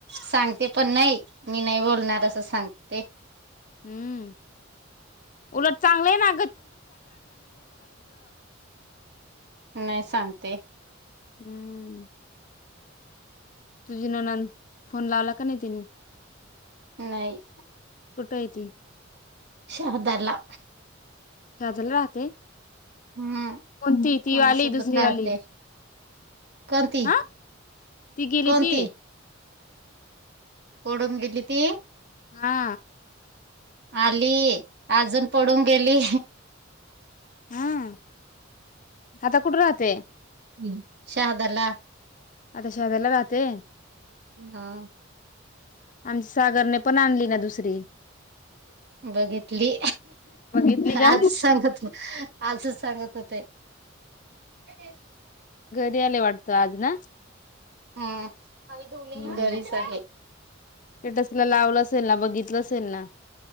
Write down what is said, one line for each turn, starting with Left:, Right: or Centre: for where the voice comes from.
Right: सांगते पण नाही मी नाही बोलणार असं सांगते त
Left: हम्म उलट चांगलंय ना
Right: नाही सांगते
Left: हम्म तुझी नणंद फोन लावला का नाही तिने
Right: नाही
Left: कुठयती
Right: शहदला
Left: खजला राहते
Right: हम्म
Left: कोणती ती
Right: कोणासोबत
Left: वाली दुसरी
Right: राहते
Left: वाली
Right: कोणती
Left: हा ती गेली
Right: कोणती
Left: ती
Right: पडून गेली ती
Left: हा
Right: आली अजून पडून गेली
Left: हम आता कुठ राहते
Right: हम् शहादला
Left: आता शहदला राहते
Right: हा
Left: आमच्या सागरने पण आणली ना दुसरी
Right: बघितली
Left: बघितली
Right: आज
Left: का
Right: सांगत आजच सांगत होते ते
Left: गेले वाटते अज ना
Right: हम्म
Left: हम्
Right: घरीच
Left: स्टेटस्ला
Right: आहे
Left: लावलं असेल ना बघित सेल ना